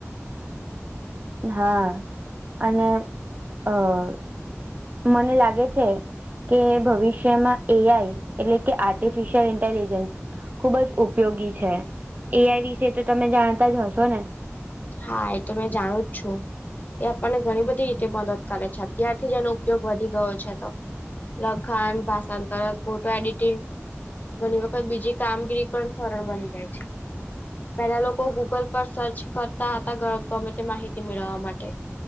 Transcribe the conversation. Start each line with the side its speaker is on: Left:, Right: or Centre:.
Right: હા અને અને મને લાગે છે, કે ભવિષ્યમાં એ આઈ એટલે કે આર્ટિફિશયલ ઇન્ટેલિજન્સ, ખુબ જ ઉપયોગી છે, એઆઈ વિશે તો તમે જાણતા જ હશો ને
Left: હા એ તો મેં જાણું જ છું, એ આપણને ઘણી બધી રીતે મદદ કરે છે, અત્યારથી જ એનો ઉપયોગ વધી ગયો છે, તો લખાન ભાષાંતર ફોટો એડિટિંગ ઘણી વખત બીજી કામગીરી પણ સરળ બની જાય છે, પેલા લોકો ગૂગલ પર સર્ચ કરતા હતા, ગમે તે માહિતી મેળવવા માટે.